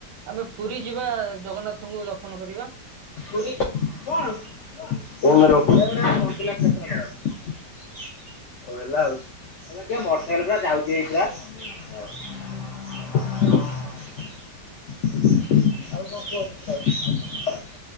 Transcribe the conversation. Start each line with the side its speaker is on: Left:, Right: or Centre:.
Right: ଆମେ ପୁରୀ ଯିବା ଜଗନ୍ନାଥଙ୍କୁ ଦର୍ଶନ କରିବା
Left: ର ହଉ ହେଲା ଆଉ ଏବେ ମଟର ସାଇକେଲ ପୁରା ଯାଉଛି ଏଇ ପୁରା <inaudible> ଆଉ କଣ କୁ